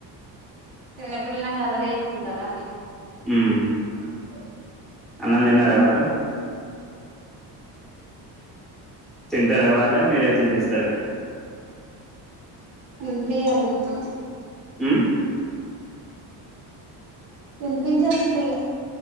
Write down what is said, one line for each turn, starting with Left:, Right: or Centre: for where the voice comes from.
Right: చిన్నపిల్లలు అన్నాక అల్లరి చేయకుండా ఉంటారా అండి
Centre: హూ
Right: ఉంగొ
Centre: అన్నం తిన్నారా వాళ్ళు తింటారా వాళ్లే మీరే తినిపిస్తార
Right: తినిపియ్యాలి ఇగ ఇప్పుడు
Centre: హూ
Right: తినిపించాలి ఇప్పుడు ఇగ